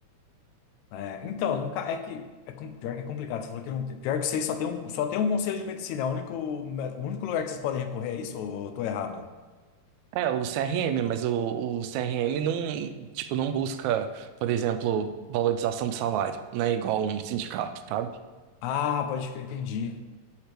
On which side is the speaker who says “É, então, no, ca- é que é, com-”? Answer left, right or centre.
Left